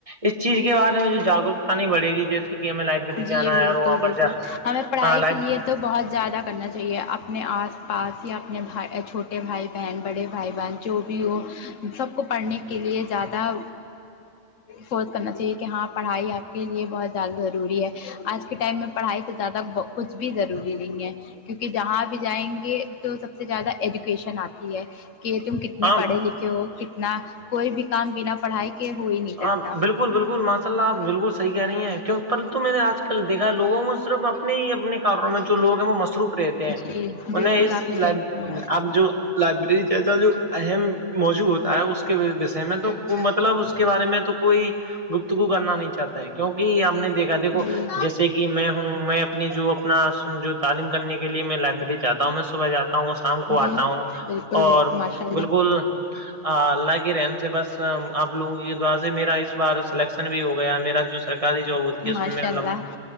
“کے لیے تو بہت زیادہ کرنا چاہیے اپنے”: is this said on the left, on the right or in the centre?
Left